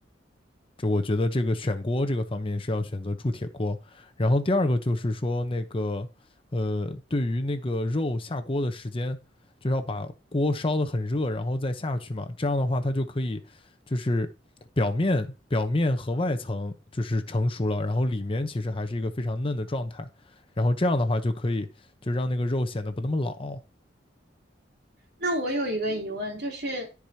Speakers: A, on the left; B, on the right.
A: 就我觉得这个选锅这个方面是要选择铸铁锅，然后第二个就是说那个呃，
B: 嗯，
A: 对于那个肉下锅的时间，就要把锅烧得很热，然后再下去嘛，这样的话它就可以就是表面表面和外层就是成熟了，然后里面其实还是一个非常嫩的状态，然后这样的话就可以就让那个肉显得不那么老。
B: 那我有一个疑问，就是，